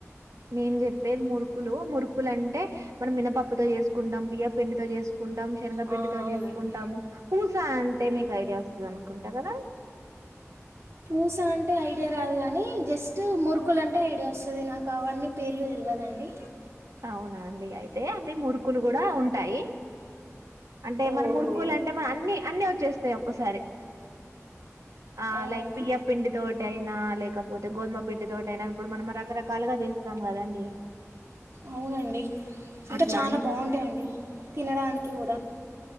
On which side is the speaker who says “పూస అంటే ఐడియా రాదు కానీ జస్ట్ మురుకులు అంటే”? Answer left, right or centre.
Right